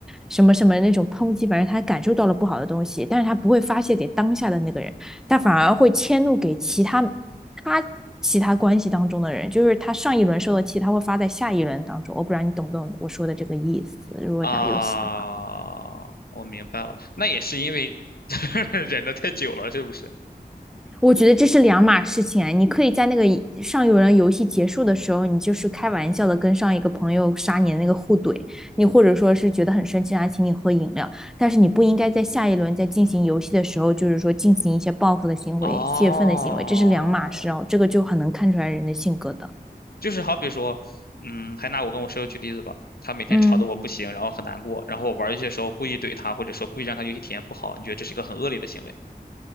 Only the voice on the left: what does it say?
啊。我明白了，那也是因为 <laughs> 忍得太久了，是不是？
哦，
就是好比说，嗯，还拿我跟我室友举例子吧，他每天吵得我不行，
然后很难过，然后我玩儿游戏的时候故意怼他，或者说故意让他游戏体验不好，你觉得这是一个很恶劣的行为？